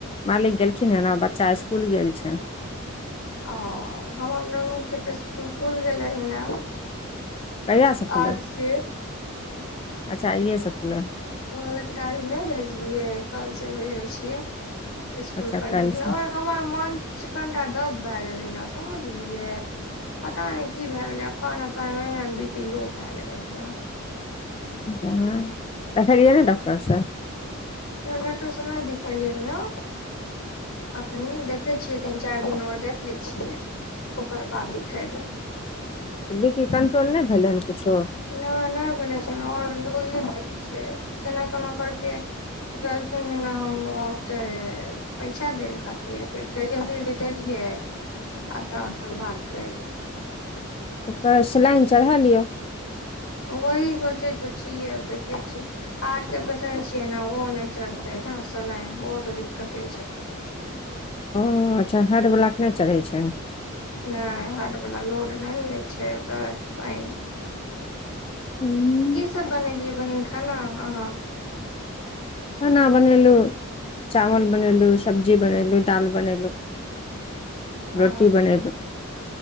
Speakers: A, on the left; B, on the left.
A: मालिक गेलखिन हन आ बच्चा इसकुल गेल छै
B: ओ हमर नुनुके तऽ इसकुल खुइल गेलै हन ने
A: कहियआ सँ खुलल
B: आज से
A: अच्छा इए से खुलल
B: ह लेक तऽ आज नय भेजलियै कल से भेजे छियै इसकुल
A: अच्छा काल्हि
B: कंटिन्यू
A: से
B: ओर हमर मन कनिटा दब भए गेलै ने समझलियै पता नय की भए गेलै अपन अपन बी पी लो भए गेलै ह ने
A: जा <inaudible> देखेलिए ने डॉकटर सँ
B: डॉक्टर स नय दिखेलियै ह ने अखनि देखै छियै तीन चारि दिन आर देख ले छियै ओकर बाद दिखेबै
A: बी पी कंट्रोल नय भेलै हन किछो
B: नय नय भेलै छै ओर लो ई भेजे छै केना केना करके कहलखिन न हम ओते पैछा देल खातिर फेर ध धी देलियै आ तन भाग कलियै
A: उपर स्लाइन चढ़ा लिअ
B: वही सोचे तऽ छिय देखे छिय हार्ट के पेसेन्ट छियै ने ओहो नय चढ़ते सलाइन ओहो तऽ दिक्कते छै
A: ह अच्छा हार्ट बला के नय चढ़ै छै
B: नय हाड वला लोड नय ने लै छै ओते पे
A: हूँ
B: ई सब बनेलियै बहिन खाना अहाँ
A: खाना बनेलु चावल बनेलु सब्जी बनेलु दाइल बनेलु
B: ओ
A: रोटी बनेलु